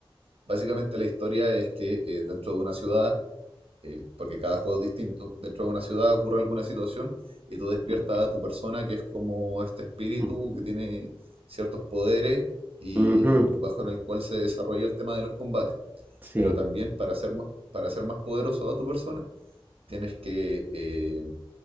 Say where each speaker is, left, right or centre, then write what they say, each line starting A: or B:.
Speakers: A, on the right; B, on the right.
A: básicamente la historia es que eh, dentro de una ciudad, eh, porque cada juego es distinto, dentro de una ciudad ocurre alguna situación y tú despiertas
B: Mm,
A: a tu persona que es como este espíritu
B: mm,
A: que tiene ciertos poderes y
B: ujú.
A: bajo el cual se desarrolla el tema de los combates.
B: Sí.
A: Pero también para ser más, para ser más poderoso a tu persona, tienes que eh,